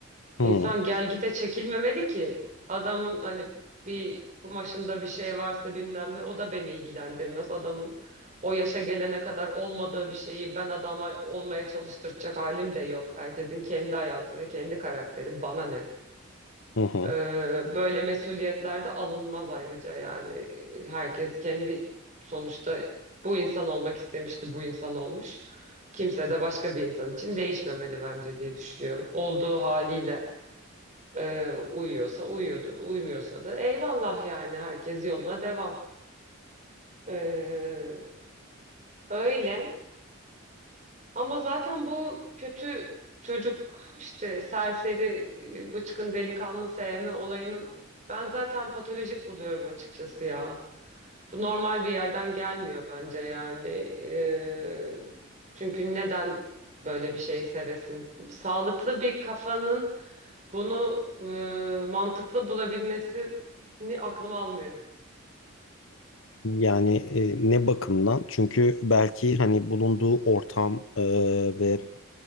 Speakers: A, on the left; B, on the right.
A: Hı
B: İnsan gel gite çekilmemeli ki. Adamın hani bir kumaşında bir şey varsa bilmem ne o da beni ilgilendirmez. Adamın o yaşa gelene kadar olmadığı bir şeyi ben adama olmaya çalıştıracak halim de yok. Herkesin kendi hayatı ve kendi karakteri. Bana ne?
A: hı. hı.
B: Ee, böyle mesuliyetler de alınmaz ayrıca yani. Herkes kendi sonuçta bu insan olmak istemiş ki bu insan olmuş. Kimse de başka bir insan için değişmemeli bence diye düşünüyorum. Olduğu haliyle e, uyuyorsa uyuyordur, uymuyorsa da eyvallah yani herkes yoluna devam. Ee, öyle ama zaten bu kötü çocuk işte serseri e, bıçkın delikanlı sevme olayını ben zaten patolojik buluyorum açıkçası ya. Bu normal bir yerden gelmiyor bence yani. Ee, çünkü neden böyle bir şey sevesin? Sağlıklı bir kafanın bunu e, mantıklı bulabilmesini aklım almıyor.
A: Yani e, ne bakımdan? Çünkü belki hani bulunduğu ortam e, ve